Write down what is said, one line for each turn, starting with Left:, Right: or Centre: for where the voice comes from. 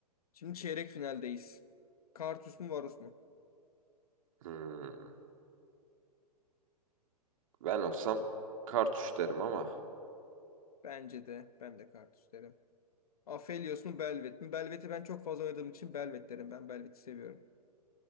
Left: Şimdi çeyrek finaldeyiz. Kartus mu Varus mu?
Right: Hmm, Ben olsam Kartuş derim ama.
Left: Bence de. Ben de Kartus derim. Aphelios mu Belvet mi? Belvet'i ben çok fazla oynadığım için Belvet derim. Ben Belvet'i seviyorum.